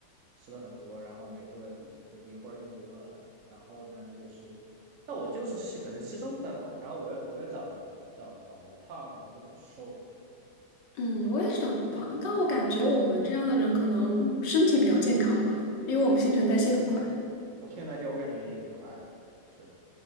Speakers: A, on the right; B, on the left.
A: 吃的很多，然后每顿就是一会儿就饿了，然后呢又是，那我就是吸可能吸收不太好，然后我又我又长得不长长不胖，然后就很瘦。
B: 嗯，我也是长不胖，但我感觉我们这样的人可能身体比较健康吧，因为我们新陈代谢很快。
A: 我现在那些，我感觉也挺快的，是的。